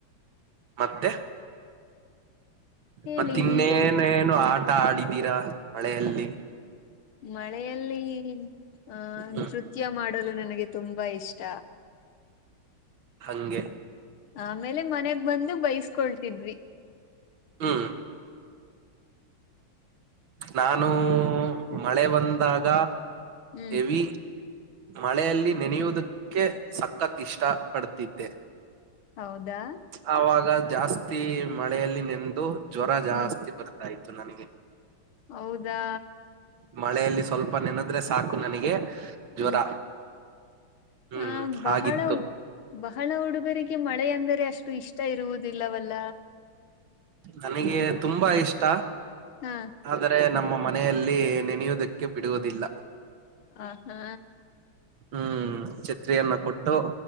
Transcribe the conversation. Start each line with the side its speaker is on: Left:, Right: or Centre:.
Right: ಮತ್ತೆ
Left: ಹೇಳಿ
Right: ಮತ್ತ ಇನ್ನೇನೇನು
Left: ನೀವೇ
Right: ಆಟ ಆಡಿದೀರಾ ಮಳೆಯಲ್ಲಿ
Left: ಮಳೆಯಲ್ಲಿ ಅಹ
Right: ಹ್ಮ್
Left: ನೃತ್ಯ ಮಾಡಲು ನನಗೆ ತುಂಬಾ ಇಷ್ಟ.
Right: ಹಂಗೆ
Left: ಆಮೇಲೆ ಮನೆಗ್ ಬಂದು ಬೈಸ್ಕೊಳ್ತಿದ್ವಿ.
Right: ಹ್ಮ್ ನಾನು
Left: ಹ್ಮ್
Right: ಮಳೆ ಬಂದಾಗ
Left: ಹ್ಮ್
Right: ಎವಿ ಮಳೆಯಲ್ಲಿ ನೆನೆಯುವುದಕ್ಕೆ ಸಖತ್ ಇಷ್ಟ ಪಡ್ತಿದ್ದೆ.
Left: ಹೌದಾ
Right: ಅವಾಗ ಜಾಸ್ತಿ ಮಳೆಯಲ್ಲಿ ನೆಂದು ಜ್ವರ ಜಾಸ್ತಿ
Left: ಹ್ಮ್
Right: ಬರ್ತಾಯ್ತು ನನಗೆ
Left: ಹೌದಾ
Right: ಮಳೆಯಲ್ಲಿ ಸ್ವಲ್ಪ ನೆನೆದ್ರೆ ಸಾಕು ನನಗೆ ಜ್ವರ
Left: ಹ್ಮ್
Right: ಹ್ಮ್
Left: ಆ ಬಹಳ
Right: ಆಗಿತ್ತು
Left: ಬಹಳ ಹುಡುಗರಿಗೆ ಮಳೆ ಅಂದರೆ ಅಷ್ಟು ಇಷ್ಟ ಇರುವುದಿಲ್ಲವಲ್ಲ.
Right: ನನಗೆ ತುಂಬಾ ಇಷ್ಟ.
Left: ಹಾ
Right: ಆದರೆ ನಮ್ಮ ಮನೆಯಲ್ಲಿ ನೆನೆಯುವುದಕ್ಕೆ ಬಿಡುವುದಿಲ್ಲ.
Left: ಆ ಹಾ
Right: ಹ್ಮ್ ಛತ್ರಿಯನ್ನ ಕೊಟ್ಟು